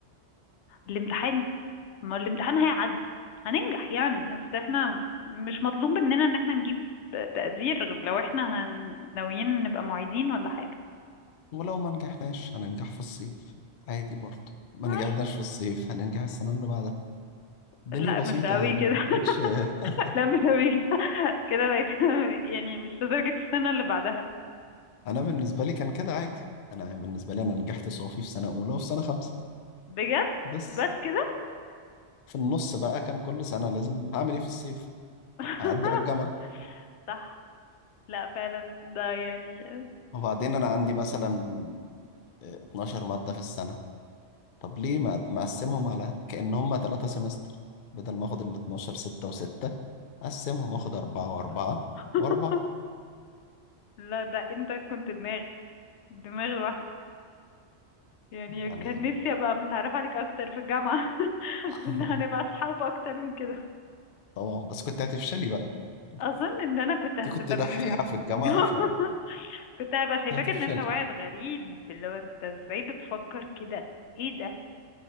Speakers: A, on the left (about 85°); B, on the left (about 55°).
A: الامتحان ما هو الامتحان هيعدي هننجح يعني اصل احنا مش مطلوب مننا ان احنا نجيب تقدير غير لو احنا هن- ناويين نبقى معيدين ولا حاجة
B: ولو ما نجحناش هننجح في الصيف عادي برضه ما
A: عادي.
B: نجحناش في الصيف هننجح السنة اللي بعدها الدنيا
A: لا
B: بسيطة
A: مش قوي
B: يعني
A: كده
B: ما كانتش
A: <laughs>
B: <laughs>
A: لا مش قوي كده <laughs> كده بقيت <laughs> يعني مش لدرجة السنة اللي بعدها
B: أنا بالنسبة لي كان كده عادي أنا بالنسبة لي أنا نجحت صافي في سنة أولى وفي سنة خمسة
A: بجد
B: بس
A: بس كده
B: في النص بقى كان كل سنة لازم هعمل إيه في الصيف
A: <laughs>
B: طب أعدي على الجامعة
A: صح لا فعلا ده يعني
B: وبعدين أنا عندي مثلا 12 مادة في السنة طب ليه ما مقسمهم على كأن هم ثلاثة سمستر بدل ما آخد ال 12 6 و6 أقسمهم آخد أربعة وأربعة
A: ب- <laughs>
B: وأربعة
A: لا ده انت كنت دماغ دماغ لوحدك يعني
B: يعني
A: كان نفسي ابقى متعرفة عليك اكتر في الجامعة <laughs>
B: <laughs>
A: كنا هنبقى اصحاب اكتر من كده
B: طبعا بس كنت هتفشلي بقى انت
A: اظن ان انا كنت هتبقى
B: كنت دحيحة
A: بالنسبة
B: في الجامعة
A: <laughs>
B: فكنت
A: كنت هبقى شايفاك
B: هتفشلي
A: ان انت واحد غريب اللي هو انت ازاي بتفكر كده ايه ده